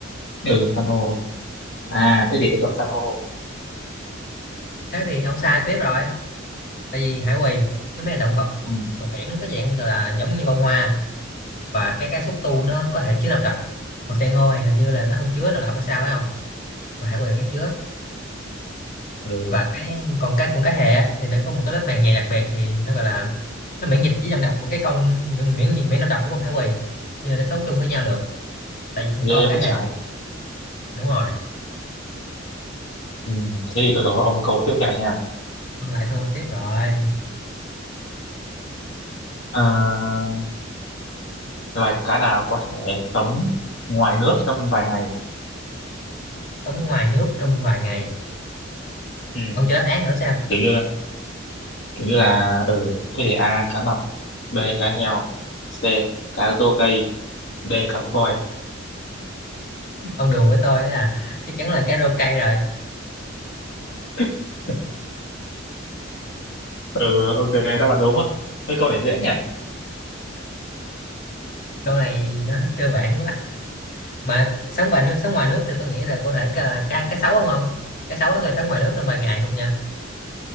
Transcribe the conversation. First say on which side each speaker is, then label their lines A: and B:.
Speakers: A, on the left (about 65°); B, on the left (about 50°).
A: Ừ, san hô. À, thế thì tôi chọn san hô.
B: thế thì ông sai tiếp rồi tại vì hải quỳ nó mới là động vật
A: Ừ,
B: còn biển có dạng gọi là giống như bông hoa và các cái xúc tu nó có thể chứa nọc độc còn san hô thì hình như là nó không chứa nọc độc hay sao phải không còn hải quỳ mới chứa
A: ừ,
B: và cái còn cái cũng cá hề á, thì nó có một cái lớp màng nhầy đặc biệt thì nó gọi là nó miễn dịch với nọc độc của cái con miễn miễn miễn nọc độc của con hải quỳ cho nên nó sống chung với nhau được tại vì con
A: ghê
B: cá
A: vậy
B: hề
A: trời.
B: đúng rồi
A: Ừ. Thế thì tôi đố ông câu tiếp theo nha.
B: ông lại thua tiếp rồi
A: À, loài cá nào có thể sống ngoài nước trong vài ngày?
B: sống ngoài nước trong vài ngày
A: Ừ.
B: ông cho đáp án thử xem
A: Kiểu như là, kiểu như là, ừ, thế thì A, cá mập, B, cá heo, C, cá rô cây, D, cá voi.
B: ông đùa với tôi đó là chắc chắn là cái rô cây rồi
A: <laughs> Ừ, ok, đáp án đúng á. Mấy câu này dễ nhỉ?
B: câu này nó <laughs> cơ bản quá mà sống ngoài nước sống ngoài nước thì tôi nghĩ là có thể cái là cá cá sấu không không cá sấu nó có thể sống ngoài nước trong vài ngày không nha